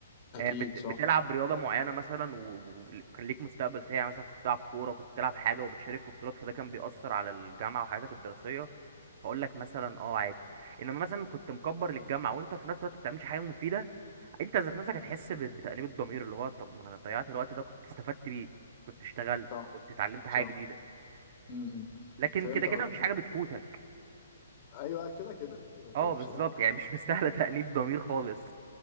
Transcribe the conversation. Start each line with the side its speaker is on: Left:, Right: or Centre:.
Left: اكيد
Right: آه، بت...
Left: صح
Right: بتلعب رياضه معينه مثلا و- و- وكان ليك مستقبل فيها يعني مثلا كنت بتلعب كوره كنت بتلعب حاجه وبتشارك في بطولات فده كان بيأثر على الجامعه وحياتك الدراسيه فاقول لك مثلا اه عادي انما مثلا كنت مكبر للجامعه وانت في نفس الوقت ما بتعملش حاجه مفيده انت ذات نفسك هتحس ب- بتأنيب الضمير اللي هو طب ما انا ضيعت الوقت ده كنت استفدت بيه كنت اشتغلت
Left: صح
Right: كنت اتعلمت حاجة
Left: صح
Right: جديدة
Left: امم
Right: لكن
Left: فهمت
Right: كده كده
Left: قصدك
Right: مفيش حاجة بتفوتك
Left: ايوه كده كده كده كده
Right: اه بالظبط
Left: بصراحه
Right: يعني مش مستاهلة تأنيب ضمير خالص